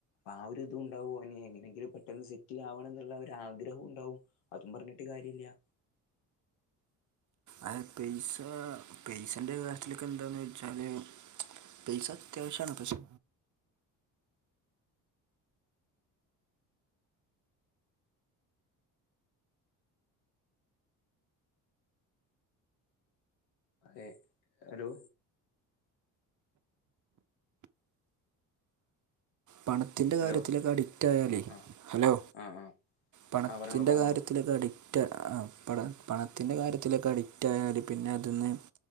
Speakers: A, on the left; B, on the right.
A: ആഹ് ഒരു ഇതുണ്ടാവുവാണെങ്കി എങ്ങനെങ്കിലും പെട്ടെന്നുസെറ്റിലാകണമെന്നുള്ള ഒരാഗ്രഹമുണ്ടാവും അതും പറഞ്ഞിട്ടു കാര്യല്ല്യാ
B: അതു പൈസാ പൈസേന്റെ കാര്യത്തിലൊക്കെയെന്താന്നു വെച്ചാല് പൈസായത്യാശ്യാണു പഷേ
A: ഏഹ് ഹലോ
B: പണത്തിന്റെ
A: ഹലോ
B: കാര്യത്തിലൊക്കെ അഡിക്റ്റായാലേ
A: ആ ആ
B: ഹലോ
A: ആ ആ
B: പണത്തിന്റെ
A: ആ പറഞ്ഞോളൂ പറഞ്ഞോളൂ
B: കാര്യ ത്തില്ക്കെ അഡിക്റ്റാ ആഹ് പണ പണത്തിൻ്റെ കാര്യത്തിലൊക്കെ അഡിക്റ്റായാൽ പിന്നെയതിന്ന്